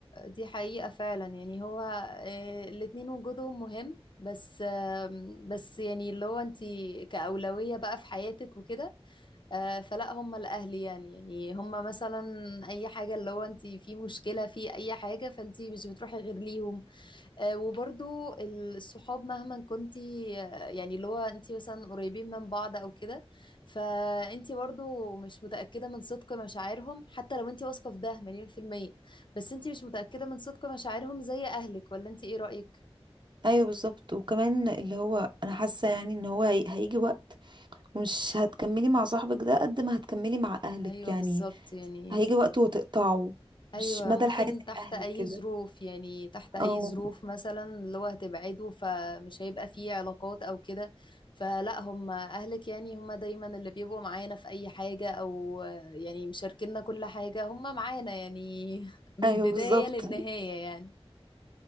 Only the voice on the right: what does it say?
ايوه بالظبط وكمان اللي هو انا حاسه يعني ان هو هي... هيجي وقت مش هتكملي مع صاحبك ده قد ما هتكملي مع اهلك
يعني
هيجي وقت وتقطعه
مش مدى
الحياة
زي اهلك
كده
اه
ايوه
بالظبط